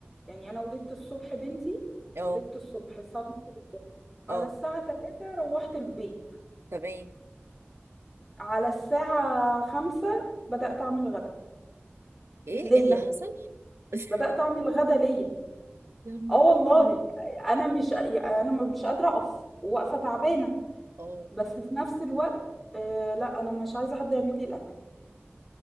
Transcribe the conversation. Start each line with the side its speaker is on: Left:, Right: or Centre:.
Centre: يعني انا ولدت الصبح بنتي
Right: اه
Centre: ولدت الصبح الساعه 12 الصبح
Right: اه
Centre: على الساعه 3 روحت البيت
Right: تمام
Centre: على الساعه 5 بدات اعمل غدا
Right: ايه
Centre: ليا
Right: اللي حصل <laughs>
Centre: بدات اعمل غدا ليا
Right: يا نهاري
Centre: اه والله انا مش انا مش قادره اقف واقفه تعبانه
Right: اه
Centre: بس في نفس الوقت آه لا انا مش عايزه حد يعمل لي الاكل